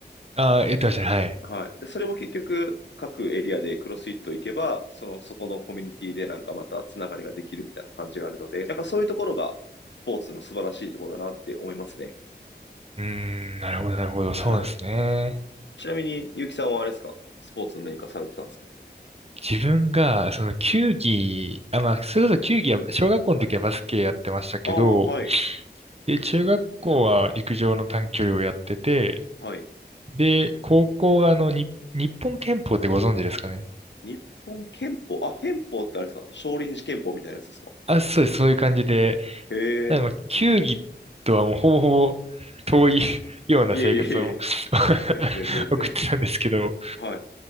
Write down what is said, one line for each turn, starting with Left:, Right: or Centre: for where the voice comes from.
Right: ああ、言ってましたね、はい。
Left: はい。で、それも結局各エリアでクロスフィット行けば、その、そこのコミュニティでなんかまたつながりができるみたいな感じがあるので、なんかそういうところがスポーツの素晴らしいところだなって思いますね。
Right: うーん、なるほど、なるほど、そうなんですね。
Left: はい。ちなみに、ゆうきさんはあれですかスポーツの何かされてたんですか
Right: 自分が、その球技、あ、まあ、それこそ球技は、小学校の時はバスケやってましたけど、
Left: ああ、はい。
Right: で、中学校は陸上の短距離をやってて、
Left: はい。
Right: で、高校があの、に日本拳法ってご存知ですかね。
Left: 日本憲法、あ、憲法ってあれですか少林寺憲法みたいなやつですか
Right: あ、そうです、そういう感じで、
Left: へ
Right: なので、
Left: え。
Right: 球技とはもうほぼほぼ遠い <laughs> ような生活を
Left: いえいえいえ。
Right: <laughs>
Left: 全然全然。
Right: 送ってたんですけど、
Left: はい。